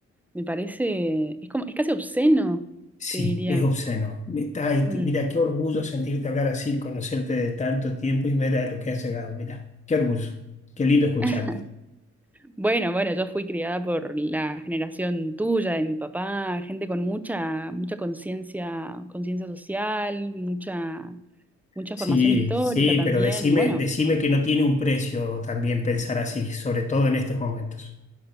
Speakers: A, in the centre; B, on the left.
A: me parece, es como, es casi obsceno,
B: Sí,
A: te diría.
B: es obsceno. Está- ay,
A: Mm.
B: t- mira, qué orgullo sentirte hablar así, conocerte de tanto tiempo y ver a lo que has llegado. Mira, qué orgullo. Qué lindo escucharte.
A: <laughs> Bueno, bueno, yo fui criada por la generación tuya, de mi papá, gente con mucha, mucha conciencia, conciencia social, mucha, mucha
B: Sí,
A: formación histórica
B: sí,
A: también.
B: pero decime,
A: Y bueno,
B: decime que no tiene un precio también pensar así, sobre todo en estos momentos.